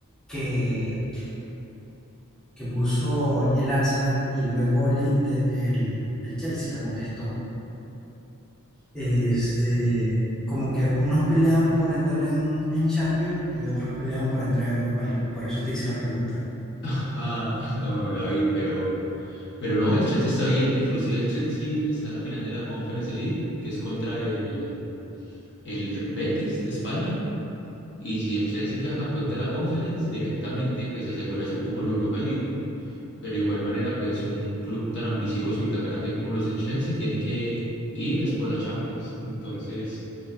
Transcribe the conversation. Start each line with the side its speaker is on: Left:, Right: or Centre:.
Centre: que, que puso el Arsenal y luego el, Inte- el, el Chelsea la contestó. Este, como que unos pelean por entrar en, en Champions y otros pelean por entrar en Europa League. Por eso te hice la pregunta.
Left: <laughs> ah, no, no la vi, pero... Pero no, el Chelsea está bien. Inclusive el Chelsea está en la final de la Conference League, que es contra el, el Betis de España. Y si el Chelsea queda campeón de la Conference, directamente pues asegura su cupo en Europa League. Pero de igual manera, pues un club tan ambicioso y tan grande como lo es el Chelsea tiene que ir es por la Champions. Entonces,